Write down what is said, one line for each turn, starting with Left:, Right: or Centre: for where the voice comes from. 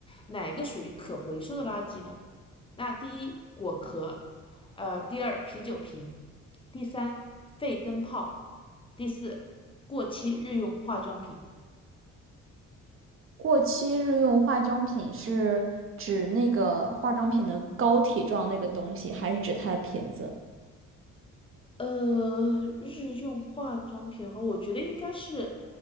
Left: 哪一个属于可回收的垃圾呢？那第一果壳，呃，第二啤酒瓶，第三废灯泡，第四过期日用化妆品。
Right: 过期日用化妆品是指那个化妆品的膏体状那个东西，还是指它的瓶子？
Left: 呃，日用化妆品的话，我觉得应该是